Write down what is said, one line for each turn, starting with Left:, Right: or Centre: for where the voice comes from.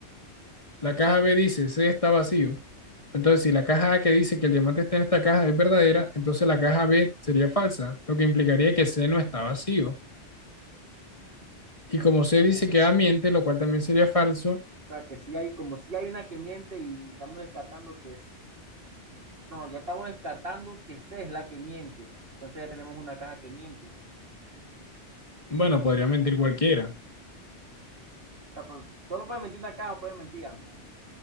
Left: La
Right: ujú,
Left: caja B dice C está vacío. Entonces, si la caja A que dice que el diamante está en esta caja es verdadera, entonces la caja B sería falsa, lo que implicaría que C no está vacío. Y como C
Right: oh,
Left: dice
Right: o
Left: que A miente, lo cual también sería falso,
Right: sea, que sí hay, como si hay una que miente y estamos descartando que es, no, ya estamos descartando que C es la que miente. Entonces ya tenemos una caja que miente. O
Left: bueno, podría mentir cualquiera.
Right: sea, pues, solo puede mentir una caja o puede mentir ambas.